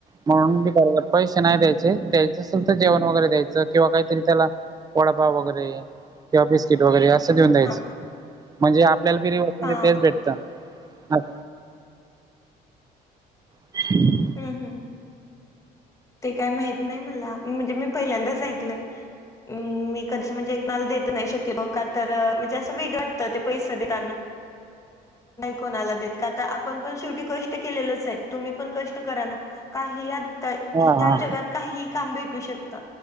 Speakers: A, on the right; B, on the left.
A: म्हणून बी पैसे नाही द्यायचे, द्यायचं असेल तर जेवण वगैरे द्यायचं किंवा काहीतरी त्याला वडपाव वगैरे किंवा बिस्किट वगैरे असं देऊन द्यायचं
B: हा
A: म्हणजे आपल्याला बिरीवत
B: हा
A: तेच भेटतं. अच. <inaudible>
B: हम्म हम्, ते काय माहित नाही मला, म्हणजे मी पहिल्यांदाच ऐकलं. मी कशी म्हणजे कुणाला देत नाही शक्यतो, का तर म्हणजे असं वेगळं वाटतं पैसे देतना. कुणाला देत. का त आपण पण शेवटी कष्ट केलेलंच हायत, तुम्ही पण कष्ट करा ना, काही आता
A: हा
B: ह्या जगात काही काम भेटू शकत.